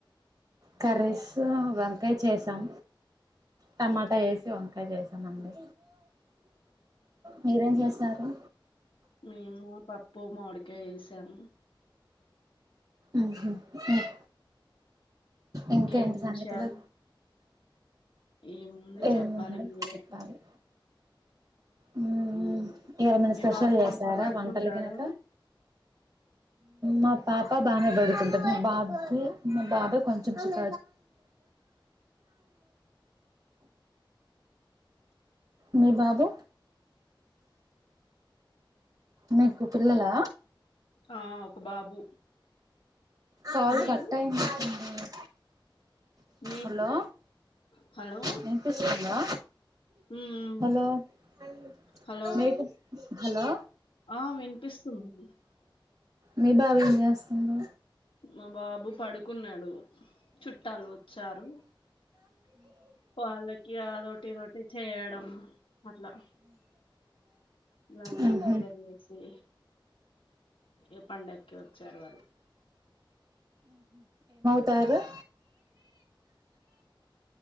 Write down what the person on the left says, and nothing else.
మేము పప్పు మామిడి కాయ యేసాం
ఇంకేం
విషయాలు ఏముంది
చెప్పాలి మీరే
ఉమ్.
మీ
బాబు
మంచిగా పడుకుంటాడా
ఆ ఒక బాబు
మీకు
మీకు
హలో
మ్మ్
హలో
ఆ వినిపిస్తుంది
మా బాబు పడుకున్నాడు చుట్టాలు వచ్చారు వాళ్ళకి అదొటి ఇదోటి చేయడం అట్లా బలాన్
చెప్పయి పసి ఈ పండగకి వచ్చారు వాళ్ళు